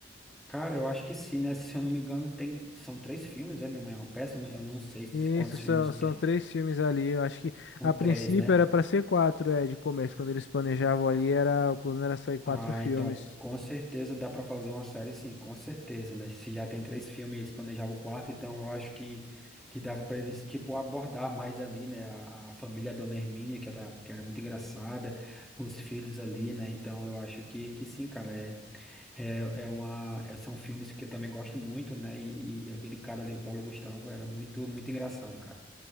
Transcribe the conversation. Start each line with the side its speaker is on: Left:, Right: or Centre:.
Centre: Cara, eu acho que sim, né, se eu não me engano, tem, são três filmes, é, Minha Mãe é uma Peça, eu não, eu não sei se-
Left: Isso,
Centre: quantos
Left: são,
Centre: filmes
Left: são
Centre: tem,
Left: três filmes ali. Eu acho que
Centre: são
Left: a
Centre: três,
Left: princípio
Centre: né?
Left: era pra ser quatro, é, de começo. Quando eles planejavam ali, era, o plano era sair quatro
Centre: Ah,
Left: filmes.
Centre: então com certeza dá pra fazer uma série, sim, com certeza, né? Se já tem três filmes, e eles planejavam o quarto, então eu acho que, que dava pra eles, tipo, abordar mais ali, né? A, a família Dona Hermínia, que era, que era muito engraçada, os filhos ali, né? Então eu acho que, que sim, cara, é, é, é uma, é- são filmes que eu também gosto muito, né? E, e aquele cara ali, o Paulo Gustavo, era muito, muito engraçado, cara.